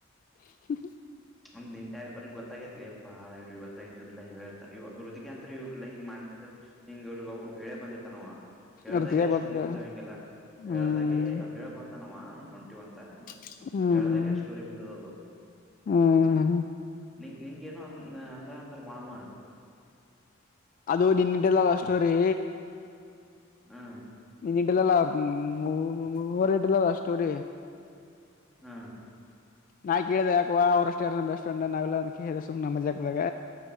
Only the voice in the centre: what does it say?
ನಂದ್ ನಿ ಅವ್ರಿಗೆ ಗೊತ್ತಾಗೈತ್ಲಿಪ್ಪಾ ಇವ್ ಇವತ್ತ ಐತಿ ಇವ್ರಲ್ಲ ಹೇಳ್ತ ಇ ಕಂತ್ ಇವ್ರಲ್ಲ ಹಿಂಗ ಮಾಡ್ಂದ್ರ ಹಿಂಗ ಇವ್ರಗ ಹೇಳೇ ಬಂದಿರ್ತಾನ ಹೇಳ್ದಾಗೆ
ಆ
ಸ್ಟೋರಿ ಬಿದ್ದಾವ ಹಿಂಗೆಲ್ಲ
ಹೇಳ್ದಾಗೆ ಹೇಳ ಬಂದನವ ಹಿಂಗ ಹೊಂಟಿವವ್ ಅಂತ
ಹೇಳ್ದಾಗೆ ಸ್ಟೋರಿ
ಬಿದ್ದದ ಅದು
ನಿ ನಿಂಗ ಏನೋ ಅ ಅಂದ ಅಂತಲ್ಲ ಮಾಮ
ಹಾ
ಹಾ